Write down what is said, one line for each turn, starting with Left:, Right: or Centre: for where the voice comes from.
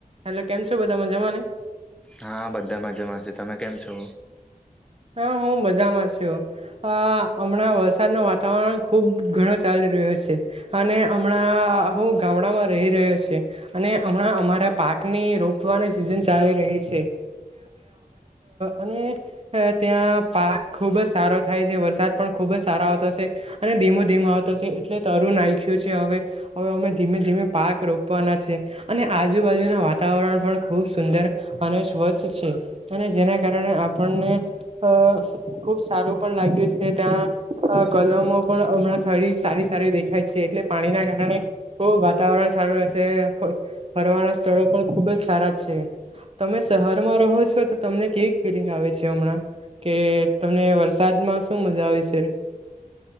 Right: હલે કેમ છો બધા મજામાને
Centre: હા બધા માજામા છે તમે કેમ છો
Right: હા હ હુ મજામાં છ આ હમણાં વરસાદ નો વાતાવરણ ખુબ ઘણો ચાલી રહ્યો છે અને હમણાં હું ગામડામાં રહી રહ્યો છે અને હમણાં અમારા પાકની રો ઉપવાની સિઝન ચાલી રહી છે અને ત્યાં પાક ખુબ જ સારો થાય છે વરસાદ પણ ખુબ જ સારો આવતો છે અને ધીમો ધીમો આવતો છે એટલે તરુ નાખ્યું છે હવે હવે અમે ધીમે ધીમે પાક રોપવાના છે અને આજુબાજુના વાતાવરણ પણ ખૂબ સુંદર અને સ્વચ્છ છે અને જેના કારણે આપણને અહ ખુબ સારું પણ લાગ્યું છે ત્યાં અહ કલમો પણ હમણાં થડી સારી સારી દેખાય છે એટલે પાણીના કારણે હો વાતાવરણ સારું રહેશે ફ-ફરવાના સ્થળો પણ ખુબ જ સારા છે તમે શહેરમાં રહો છો તો તમને કેવી ફીલિંગ આવે છે હમણાં? કે તમને વરસાદમાં શું મજા આવી છે?